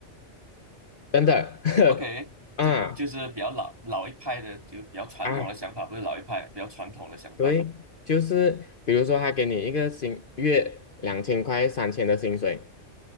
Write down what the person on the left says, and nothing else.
真的
<laughs>，啊
啊，
对，就是比如说他给你一个薪月两千块、三千的薪水，